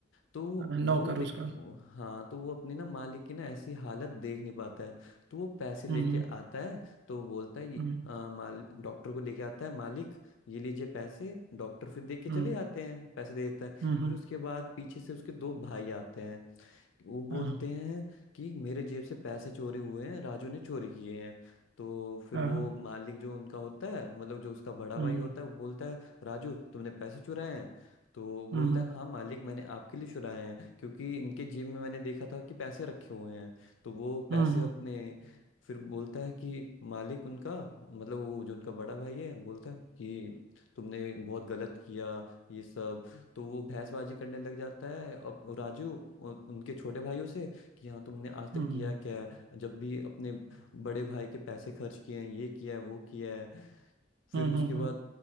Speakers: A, on the left (about 85°); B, on the right (about 60°).
A: तो
B: हम्म,
A: वो
B: नौकर
A: दे
B: उसका
A: वो- हाँ तो वो अपनी ना मालिक की ना ऐसी हालत देख नहीं पाता है तो वो पैसे लेके
B: हम्म
A: आता है तो वो बोलता है "ये,
B: हम्म
A: आ, माल डॉक्टर को लेके आता है मालिक ये लीजिए पैसे डॉक्टर फिर देख के चले
B: हम्म
A: आते हैं पैसे दे देता है
B: हम्म हम्म
A: फिर
B: हम्म,
A: उसके बाद पीछे से उसके दो भाई आते हैं वो बोलते
B: हाँ
A: हैं कि मेरे जेब से पैसे चोरी हुए हैं राजू ने चोरी किए हैं तो फिर
B: हाँ
A: वो
B: हाँ,
A: मालिक जो उनका होता है मतलब जो उसका बड़ा
B: हम्म
A: भाई होता है वो बोलता है राजू तुमने पैसे चुराए हैं तो वो बोलता
B: हम्म
A: है हाँ मालिक मैंने आपके लिए चुराए हैं क्योंकि इनके जेब में मैंने देखा था कि पैसे रखे हुए हैं तो वो पैसे
B: हम्म हम्म
A: अपने फिर बोलता है कि मालिक उनका मतलब वो जो उनका बड़ा भाई है बोलता है कि तुमने बहुत गलत किया ये सब तो वो भैंसबाजी करने लग जाता है अब राजू उ- उनके छोटे भाइयों से कि हाँ तुमने आज तक
B: हम्म
A: किया क्या है जब भी अपने बड़े भाई के पैसे खर्च किए हैं ये किया है वो किया है फिर
B: हम्म
A: उसके
B: हम्म
A: बाद